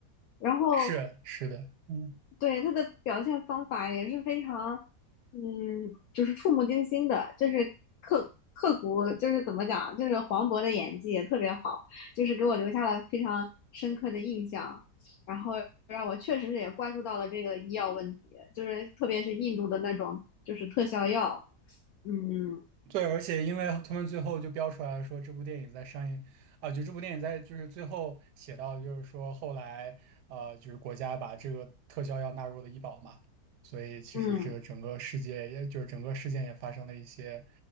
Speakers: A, on the left (about 70°); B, on the right (about 85°).
A: 然后
B: 是是的，嗯。
A: 对，他的表现方法也是非常，嗯，就是触目惊心的，就是刻刻骨，就是怎么讲，就是黄渤的演技也特别好，就是给我留下了非常深刻的印象，然后让我确实也关注到了这个医药问题，就是特别是印度的那种就是特效药，嗯
B: 对，而且因为他们最后就标出来了，说这部电影在上映啊，就这部电影在就是最后写到，就是说后来呃，就是国家把这个特效药纳入了医保嘛，所以其实这个整个世界也就是整个事件也发生了一些
A: 嗯